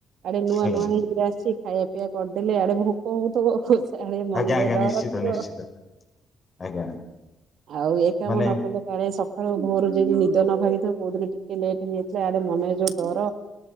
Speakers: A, on the right; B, on the left.
A: ଆଡେ ନୂଆ
B: ଆଜ୍ଞା
A: ନୂଆ ହେଇକିରେ ଆସିଛି ଖାଇବା ପିଇଆ କରିଦେଲେ ଆଡେ ଭୋକ ହଉଥିବ ହସ୍ କାଳେ ମନରେ
B: ଆଜ୍ଞା ଆଜ୍ଞା
A: ଡର
B: ନିଶ୍ଚିତ
A: ଥିବ
B: ନିଶ୍ଚିତ ଆଜ୍ଞା
A: ଆଉ ଏ କାମ
B: ମାନେ
A: ନ କଲେ। କାଳେ ସକାଳୁ ଭୋର ଯାଇକି ନିଦ ନ ଭାଗିଥିବ କୋଉ ଦିନ ଟିକେ ଲେଟ୍ ହେଇଯାଇଥିଲା ଆଡେ ମନରେ ଯୋଉ ଡର।